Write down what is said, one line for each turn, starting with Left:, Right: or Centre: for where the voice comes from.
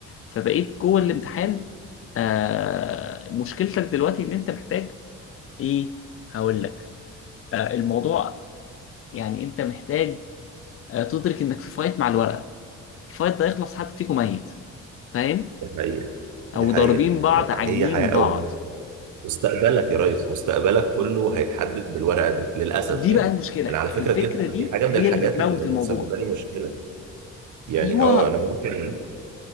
Left: فبقيت جوه الامتحان آه مشكلتك دلوقتي ان انت محتاج ايه هقول لك آه الموضوع يعني انت محتاج آه تدرك انك في فايت مع الورقه الفايت ده يخلص حد فيكم ميت فاهم
Right: دي حقيقة دي
Left: او
Right: حقيقة
Left: ضاربين بعض عاجنين
Right: هي حياة أو
Left: بعض
Right: موت. مستقبلك يا ريس مستقبلك كله هيتحدد بالورقه دي للاسف
Left: دي
Right: يعني
Left: بقى المشكله
Right: انا
Left: الفكره
Right: على فكره دي
Left: دي
Right: دي حاجه من
Left: هي
Right: الحاجات
Left: اللي بتموت
Right: اللي مسببه
Left: الموضوع
Right: لي مشكله يعني
Left: ايوه
Right: اه انا ممكن